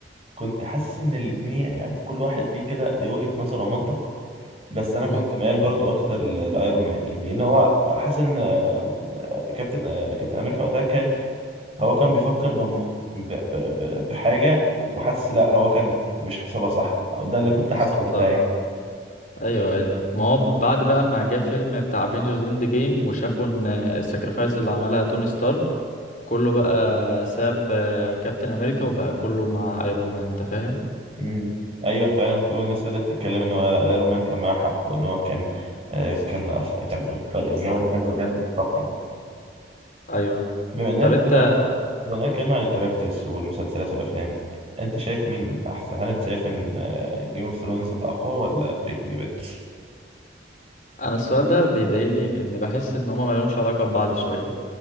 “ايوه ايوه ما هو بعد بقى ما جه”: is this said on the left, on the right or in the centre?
Left